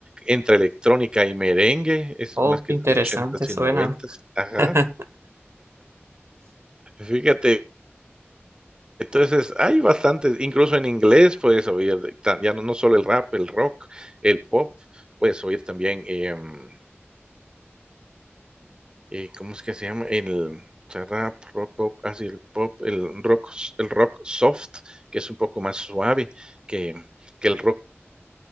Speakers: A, on the right; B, on the right.
A: entre electrónica y merengue, es
B: Oh,
A: más
B: qué
A: que
B: interesante
A: 80s
B: suena.
A: y 90s, ajá.
B: <laughs>
A: Fíjate, entonces hay bastantes, incluso en inglés puedes oír, de- ta- ya no, no solo el rap, el rock, el pop, puedes oír también, em, eh, ¿cómo es que se llama? El o sea, rap, rock, pop, así el pop, el rock, s- el rock soft, que es un poco más suave que, que el rock